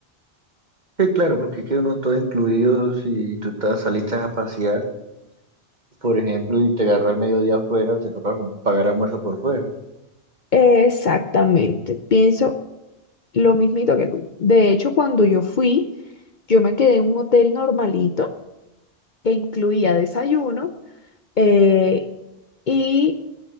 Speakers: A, on the right (about 40°); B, on the left (about 50°).
A: Que claro, porque queda uno todo incluido si tú estás, saliste a pasear, por ejemplo, y te agarró el mediodía afuera, te toca com- pagar almuerzo por fuera.
B: Exactamente, pienso lo mismito que tú. De hecho, cuando yo fui, yo me quedé en un hotel normalito que incluía desayuno eh, y